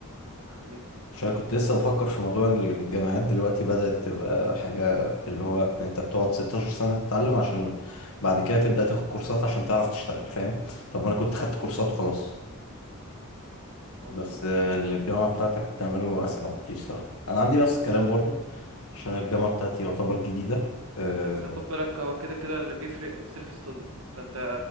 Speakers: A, on the right; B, on the left.
A: حبيبي
B: عشان كنت لسه بفكر في موضوع إن الجامعات دلوقتي بدأت تبقى حاجة اللي هو انت بتقعد 16 سنة تتعلم عشان بعد كده تبدأ تاخد كورسات عشان تعرف تشتغل فاهم طب ما انا كنت خدت كورسات وخلاص
A: اه
B: بس
A: بالظبط
B: آه، الجامعة بتاعتك بتعمله أسرع بكتير صراحة أنا عندي نفس الكلام برضو عشان الجامعة بتاعتي يعتبر جديدة آه،
A: بس خد بالك هو كده كده اللي بيفرق السيلف ستادي فانت